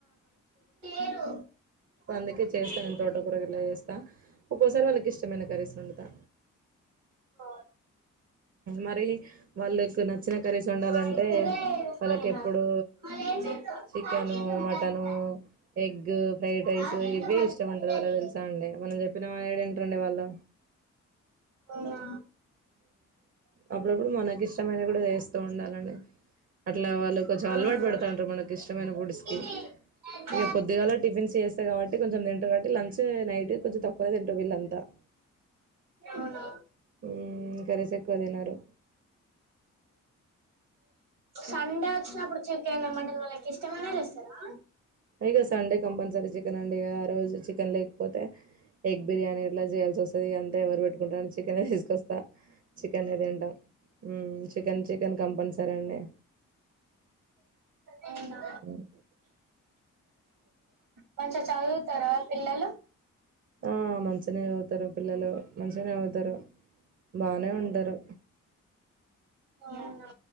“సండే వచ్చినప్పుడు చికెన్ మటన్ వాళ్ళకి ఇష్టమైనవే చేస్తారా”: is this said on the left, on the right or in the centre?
Right